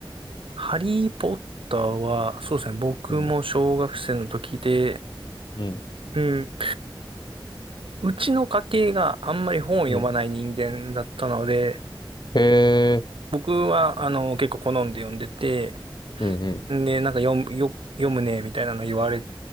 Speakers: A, on the right; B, on the left.
A: ハリー・ポッターは、そうですね。僕も小学生の時で、
B: うん、うん、
A: うん。うちの家系があんまり本を読まない人間だったので、
B: うん。へえ、
A: 僕は、あの、結構好んで読んでて、
B: うん、うん、
A: でなんか読む、よ、読むね、みたいなの言われ